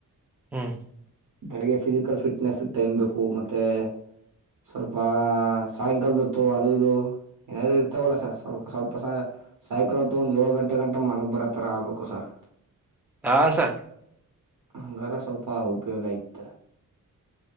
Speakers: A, in the centre; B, on the right (about 65°).
A: ಹ್ಮ್
B: ಬೆಳಿಗ್ಗೆ ಫಿಸಿಕಲ್ ಫಿಟ್ನೆಸ್ ಟೈಮ್ ಬೇಕು ಮತ್ತೆ ಸ್ವಲ್ಪ ಸಾಯಂಕಾಲದತ್ತು ಅದು ಇದು ಏನ ಇ ಲ್ಲ ಸರ್ ಸ್ವಲ್ಪ ಸ್ವಲ್ಪ ಸಾಯಂಕಾಲ ಒಂದು ಏಳ ಗಂ ಗಂಟ ಮನಗ್ ಬರೆ ತ್ತರಬಬೇಕು ಸರ್
A: ಹಾ ಸ
B: ಹಂಗಾರ ಸ್ವಲ್ಪ ಉಪಯೋಗ ಇತ